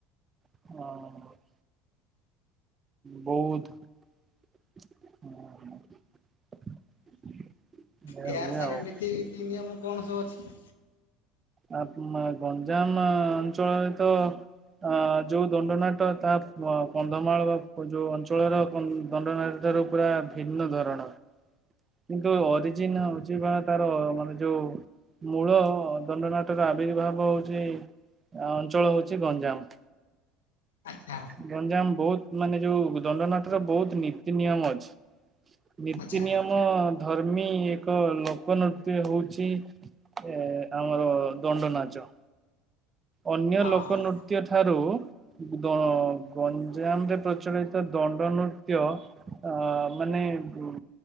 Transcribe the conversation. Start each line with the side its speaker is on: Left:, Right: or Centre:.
Right: ହଁ। ବୋହୁତ <unintelligible>
Left: ହେୟାର
Right: ହୁଏ
Left: ସାର
Right: ଆଉ।
Left: ମିଟି, ଇତି, ନିୟମ କଣ ସବୁ ଅଛି?
Right: ଆପ ମା ଗଞ୍ଜାମ ଅଞ୍ଚଳରେ ତ ଆ ଯୋଉ ଦଣ୍ଡନାଟ ତାପ କୂଅଁ କନ୍ଧମାଳ ବା ଯୋଉ ଅଞ୍ଚଳର ଦଣ୍ଡନାଟ ଠାରୁ ପୁରା ଭିନ୍ନ ଧରଣର। କିନ୍ତୁ ଅରିଜିନା ହୋଉଜି ବା ତାର ମାନେ ଯୋଉ ମୂଳ ଦଣ୍ଡନାଟ ର ଆବିର୍ଭାବ ହୋଉଚି ଆ ଅଞ୍ଚଳ ହୋଉଚି ଗଞ୍ଜାମ।
Left: ଆଚ୍ଛା
Right: ଗଞ୍ଜାମ ବହୁତ ମାନେ ଯୋଉ ଦଣ୍ଡନାଟର ବହୁତ ନୀତି ନିୟମ ଅଛି। ନୀତି
Left: ଆଚ୍ଛା
Right: ନିୟମ ଧର୍ମୀ ଏକ ଲୋକ ନୃତ୍ୟ ହୋଉଚି ଏ ଆମର ଦଣ୍ଡ ନାଚ। ଅନ୍ୟ
Left: ହଁ
Right: ଲୋକ ନୃତ୍ୟ ଠାରୁ ଦ ଗଞ୍ଜାମରେ ପ୍ରଚଳିତ ଦଣ୍ଡ ନୃତ୍ୟ ଆ ମାନେ ଉ